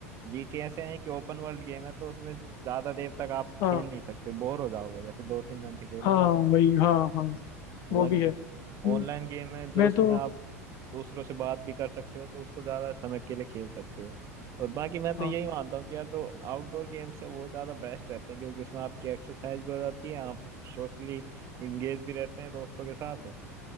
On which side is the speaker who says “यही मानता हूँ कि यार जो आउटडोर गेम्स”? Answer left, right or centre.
Right